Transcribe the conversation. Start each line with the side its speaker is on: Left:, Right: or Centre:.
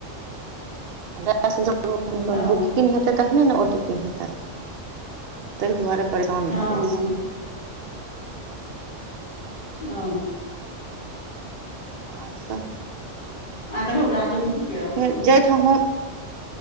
Right: गैस जब
Left: हँ
Right: बुकिंग हेतै तखने ने ओ टी पी हेतै ताहि दुआरे परेशान
Left: हँ
Right: भए जाय छियै
Left: ओ
Right: आओर सभ
Left: <unintelligible>
Right: जय ठाम हं